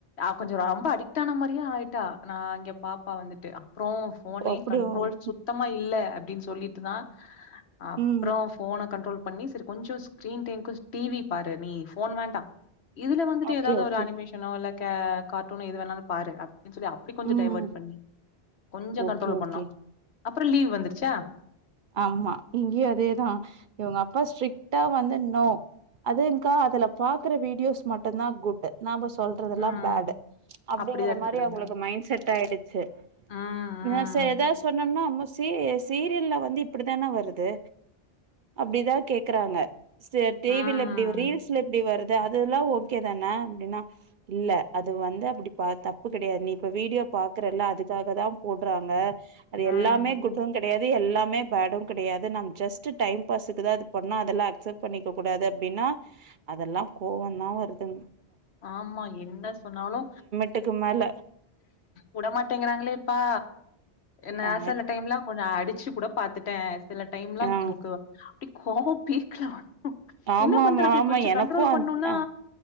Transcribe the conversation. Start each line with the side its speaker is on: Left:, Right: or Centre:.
Left: அவ கொஞ்சோ ரொம்ப அடிக்ட் ஆன மாரியே ஆயிட்டா நா இங்க பாப் ப்பா வந்துட்டு அப்றோ ஃபோனே
Right: அப்டி
Left: கண்ட்ரோல்
Right: ஓகே
Left: சுத்தமா இல்ல அப்டின் சொல்லிட்டுதா அப்றோ
Right: ம்
Left: ஃபோன கண்ட்ரோல் பண்ணி சரி கொஞ்சோ ஸ்க்ரீன் டைம்மு டிவி பாரு நீ ஃபோன் வேண்டா இதுல வந்துட்டு
Right: ஓகே
Left: ஏதாவது
Right: ஓகே
Left: ஒரு அனிமேஷனோ இல்ல கே கார்ட்டூனோ எது வேணாலோ பாரு அப்டினு சொல்லி அப்டி கொஞ்சோ
Right: ம்
Left: டைவர்ட் பண்ணி கொஞ்சோ
Right: ஓகே
Left: கண்ட்ரோல்
Right: ஓகே
Left: பண்ணோ அப்றோ லீவ் வந்துருச்சா
Right: ஆம்மா இங்கியு அதேதா இவுங்க அப்பா ஸ்ட்ரிக்டா வந்து னோ அதுங்கா அதுல பாக்குற வீடியோஸ் மட்டுந்தா குட் நாம்ப சொல்றதுல்லா
Left: ம்.
Right: பேடு அப்டிங்கிற
Left: அப்படிதான் எடுத்துக்கிறாங்க.
Right: மாரி அவுங்களக் மைன்ட் செட் ஆயிடுச்சு
Left: ம், ம்,
Right: நா செரி ஏதாவது சொன்னேனா <unintelligible> தி சீரியல்ல வந்து இப்டிதான வருது அப்டிதா கேக்குறாங்க சிஸ்டர் டிவில
Left: ம்,
Right: இப்டி வ ரீல்ஸ்ல எப்டி வருது அதுல்லா ஓக்கே தான அப்டினா இல்ல அது வந்து அப்டி பா தப்பு கெடையாது நீ இப்போ வீடியோ பாக்றல்ல அதுக்காக தா போட்றாங்க அது
Left: ம்.
Right: எல்லாமே குட்டு ங் கெடையாது எல்லாமே பேடு கெடையாது நம் ஜஸ்ட்டு டைம் பாஸுக்குதா அது பண்ணா அதெல்லா அக்சப்ட் பண்ணிக்க கூடாது அப்டின்னா அதெல்லா கோவந்தா வருது
Left: ஆமா என்ன சொன்னாலு
Right: ட்டுக்கு மேல
Left: வுடமாட்டேங்கிறாங்களேப்பா என்ன
Right: ஆ
Left: செல டைம்லாம் கொஞ்சோ அடிச்சு கூட பாத்துட்டே சில டைம்லா
Right: ஆ
Left: எனக்கு அப்டி கோவம் பீக்ல வரும் உக்
Right: ஆமா
Left: என்ன பண்றது
Right: ஆமா ஆமா
Left: கொஞ்சோ
Right: எனக்கு
Left: கண்ட்ரோல் பண்ணோனா
Right: ஆ